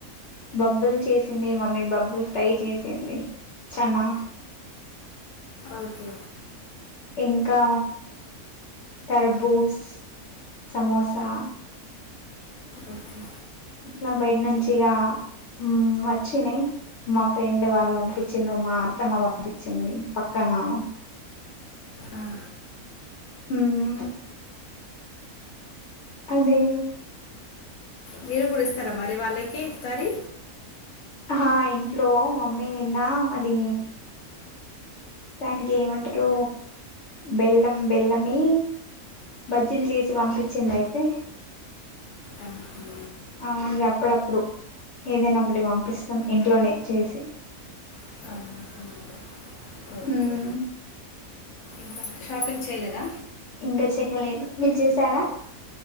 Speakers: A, on the left; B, on the left.
A: బబ్బుల్ చేసింది మమ్మీ బబ్బుల్ ఫ్రై చేసింది చన్నగ
B: ఓకే
A: ఇంకా తర్బూస్ సమోసా
B: ఓకే
A: ఇట్లా బయట నుంచిగా ఉ మచ్ వచ్చినయి మా ఫ్రెండ్ వాళ్ళు పంపించిండ్ర మా అత్తమ్మ పంపించింది పక్కన
B: ఆహా.
A: ఊమ్ అదే
B: మీరు కూడా ఇస్తారా మరి వాళ్ళకి ఇఫ్తారి
A: హా ఇంట్లో మమ్మీ నిన్న అది దానికి ఏమంటరు బెల్లం బెల్లం మే బజ్జీలు చేసి పంపించింద అయితే
B: ఆహా.
A: ఆ ఇగ అప్పుడప్పుడు ఏదైనా ఒకటి పంపిస్తాం ఇంట్లోనే చేసి
B: ఆహా ఓకే
A: హూ ఉ
B: ఇంకా షాపింగ్ చేయలేదా
A: ఇంకా చెయ్యలేదు మీరు చేసారా